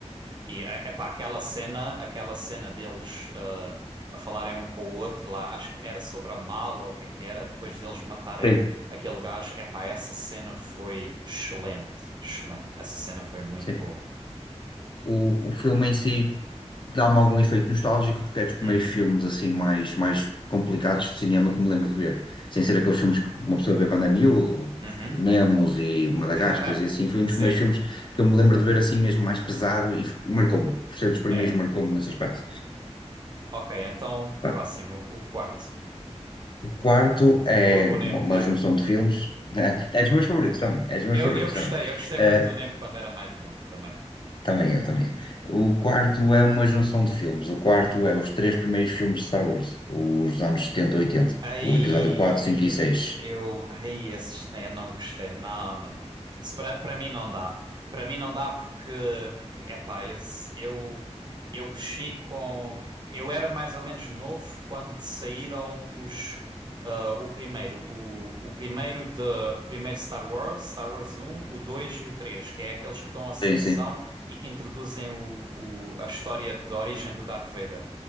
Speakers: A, on the right; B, on the left.
A: E, e epá, aquela cena, aquela cena deles ah, a falarem um com o outro lá, acho que era sobre a mala ou o que é que era, depois deles matarem
B: sim,
A: aquele gajo, epá, essa cena foi excelente, excelente. Essa cena foi muito
B: sim.
A: boa.
B: O, o filme em si dá-me algum efeito nostálgico porque é dos primeiros
A: Uhum,
B: filmes assim mais, mais complicados de cinema que me lembro de ver. Sem ser aqueles filmes que uma pessoa vê quando é miúdo,
A: uhum.
B: os Nemos e Madagascar
A: <laughs>
B: e assim, foi um
A: Sim,
B: dos primeiros filmes que eu me lembro de ver assim mesmo mais pesado e f- marcou-me. Por ser dos primeiros,
A: é.
B: marcou-me nesse aspecto.
A: Ok, então,
B: Pá,
A: próximo, o, o quarto,
B: O quarto é
A: o,
B: uma
A: o Nemo.
B: uma junção de filmes. né? É dos meus favoritos também, é dos meus
A: Eu,
B: favoritos
A: eu gostei,
B: também.
A: eu gostei
B: Eh,
A: muito do Nemo quando era mais novo também.
B: Também eu, também. O quarto é uma junção de filmes. O quarto é os três primeiros filmes de Star Wars, os dos anos 70 e 80.
A: Ai,
B: O episódio 4 5
A: eh,
B: e seis
A: eu, ai, esses, eh, eu não gostei. Não, não, não. Isso para para mim não dá. Para mim não dá porque, porque epá, eu, eu Eu cresci com. Eu era mais ou menos novo quando saíram os. ah, o primeiro, o, o primeiro de primeiro Star Wars, Star Wars um o 2 e o 3 que é aqueles que dão a seguição
B: Sim, sim,
A: e que introduzem o, o- a história da origem do Darth Vader.